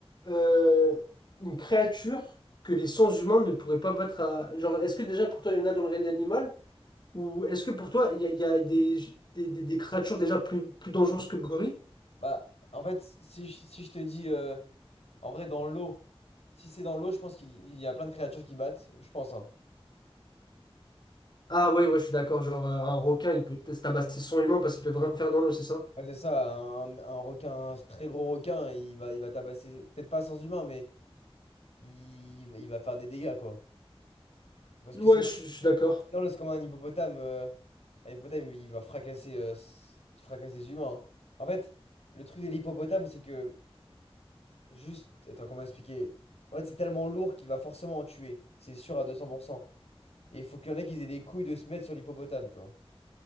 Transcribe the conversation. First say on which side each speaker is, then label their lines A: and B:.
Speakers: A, on the left; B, on the left.
A: euh, une créature que les sens humains ne pourraient pas battre à... Genre, est-ce que déjà pour toi, il y en a dans le règne animal? Ou est-ce que pour toi, il y a, il y a des, des, des- des créatures déjà plus, plus dangereuses que le gorille?
B: Bah, en fait, si, je- si je te dis, euh, en vrai, dans l'eau, si c'est dans l'eau, je pense qu'il il y a plein de créatures qui battent, je pense, hein.
A: Ah ouais, ouais, je suis d'accord. Genre, euh, un requin, il peut se tabasser son humain parce qu'il peut vraiment faire dans l'eau, c'est ça?
B: Ouais, c'est ça, un, un requin, un très gros requin, il va, il va tabasser, peut-être pas sans humain, mais il, il va faire des dégâts, quoi. Parce
A: Ouais,
B: que c'est
A: je, suis je suis d'accord.
B: dans c'est comme un hippopotame. euh, un hippopotame, il va fracasser, euh, s- il fracasse les humains. hein. En fait, le truc de l'hippopotame, c'est que, juste, attends, comment expliquer? En fait, c'est tellement lourd qu'il va forcément en tuer, c'est sûr à 200%. Et il faut qu'il y en ait qui aient des couilles de se mettre sur l'hippopotame, tu vois.